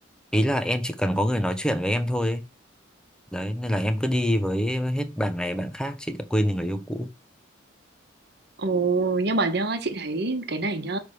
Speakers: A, in the centre; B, on the right.
A: ý là em chỉ cần có người nói chuyện với em thôi ấy. đấy nên là em cứ đi với hết bạn này bạn khác chị đã quên đi người yêu cũ
B: Ồ, nhưng mà nhá, chị thấy cái này nhá,